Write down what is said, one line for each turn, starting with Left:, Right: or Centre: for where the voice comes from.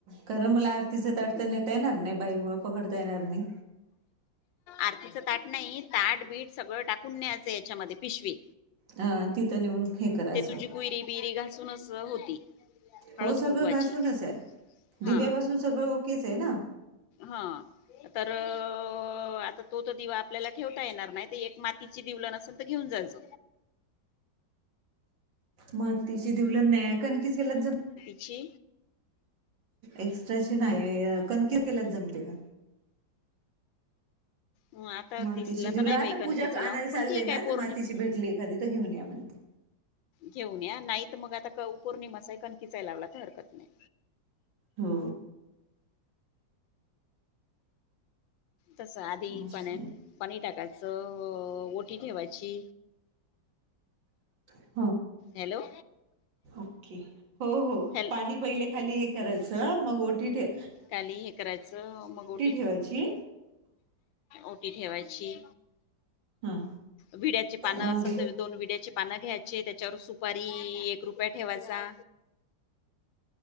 Right: कारण मला आरतीचं ताट
Left: हं.
Right: तेन नेता येणार नाही बाई मुळ पकडता येणार नाही
Left: आरतीच ताट नाही ताटबीट... सगळं टाकून न्यायचं याच्यामध्ये पिशवी...
Right: हा तिथं नेऊन हे करायचं
Left: ते तुझी कुयरी बिरी घासूनच होती... हळद
Right: हो सगळं
Left: कुंकवाची
Right: घासूनच आहे दिब्यापासून
Left: हा
Right: सगळं... ओकेच आहे ना
Left: हा तर आता तो तर दिवा आपल्याला... ठेवता येणार नाही ते एक मातीची दिवला नसेल तर घेऊन जायच.
Right: मातातीचे दिवलन नाही कणकी केलात ज
Left: पक्षी
Right: एक्स्ट्राची नाही कणकीच केल्यात जमते का...
Left: हं, आता
Right: मातीची
Left: दिसला
Right: तुला
Left: तर नाही बाई
Right: आता
Left: कणकीचा
Right: पूजा आणायला
Left: लावून
Right: चालले
Left: पण ठीक
Right: ना
Left: आहे पोरणी
Right: तर मातीची भेटली एखादी तर घेऊन या म्हणते
Left: घेऊन या नाही तर मग आता पौर्णिमसा कणकीचाय लावला तर हरकत नाही
Right: हो...
Left: तस आधी
Right: अस
Left: पण पनीर टाकायचं... अस ओटी ठेवायची...
Right: <inaudible>
Left: हॅलो..
Right: ओके हो हो
Left: हॅल
Right: पाणी पहिले खाली हे करायचं मग ओटी ठेवायची..
Left: काली हे करायचं मग ओटी
Right: ठेवायची
Left: ओटी ठेवायची..
Right: हा
Left: विड्याची पानं
Right: मग
Left: असतात ना दोन विड्याची पण... पानं घ्यायचे त्याच्यावर सुपारी एक रुपया ठेवायचा...